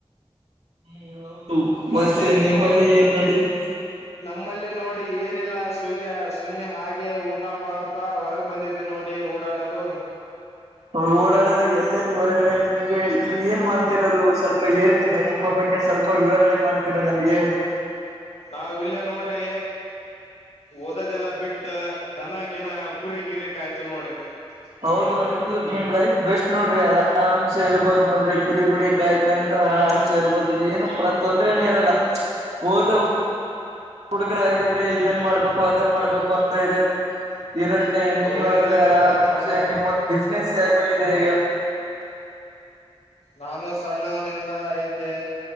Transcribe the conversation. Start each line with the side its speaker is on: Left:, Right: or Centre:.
Right: ಹ್ಮ್ ಹೌದು
Left: ಮತ್ತೆ ನೀವು
Right: ನಿಮ್ಮಲ್ಲಿ ಏನ್ ನಡೀತ
Left: ನಮ್ಮಲ್ಲಿ ನೋಡಿ ಏನಿಲ್ಲ ಸುಗೆ ಸುಮ್ಮನೆ ಹಾಗೆ ಊಟ ಮಾಡ್ತಾ ಹೊರಗ್ ಬಂದಿದ ದ್ದೆ ನೋಡಿ ಓಡಾಡಲು.
Right: ಅವ್ರು ಓಡಾಡೋದು ಎಲ್ಲೆಲ್ಲಿ ಹೊರಗಡೆ ನಿಮಗೆ ನೀವ್ ಏನ್ ಮಾಡ್ತಿರೋದು ಸ್ವಲ್ಪ ಹೇಳ್ತಿರಾ ನಿಮ್ಮ ಬಗ್ಗೆ. ಗ್ಗೆ ಸ್ವಲ್ಪ ವಿವರಣೆ ಮಾಡ್ತೀರ ನನಗೆ.
Left: ನಾವ ಇಲ್ಲೇ ನೋಡ್ರಿ. ಓದದೆಲ್ಲಾ ಬಿಟ್ಟ ದನಗಿನ ಕುರಿ ಗಿರಿ ಕಾಯ್ತಿವಿ ನೋಡ್ರಿ.
Right: ಹೌದು ನಿಮ್ದು ನಿಮ್ ಲೈಫ್ ಬೆಸ್ಟ್ ನೋಡ್ರಿ ಆರಾಮ್ಸೆ ಇರ್ಬೋದು ನೋಡ್ರಿ ಕುರಿ ಗುರಿ ಕಾಯ್ಕೆಂಡ್. ಆರಾಮ್ ಸೇ ಇರ್ಬೋದು ಏನು ಪ್ರತೊಂದ್ರೇನ ಇರಲ್ಲ ಹೋದ ಹುಡ್ಗ್ರ ಆಗಿದ್ರೆ ಇದನ್ ಮಾಡ್ಬೇಕು ಅದನ್ ಮಾಡ್ಬೇಕು ಅಂತ ಇರದ ಇರುತ್ತೆ ನೀವಾದ್ರೆ
Left: ಹೌದ್ರಿ ನನಗ
Right: ಆರಾಮ್ಸೆ
Left: ಸಣ್ಣ
Right: ನಿಮ್ಮೊಂದ ಬಿಸ್ನೆಸ್ ಆಗ್ಬಿಟ್ಟಿದೆ ಈಗ.
Left: ನಾನು ಸಣ್ಣವನಿಂದ ಇದ್ದೆ.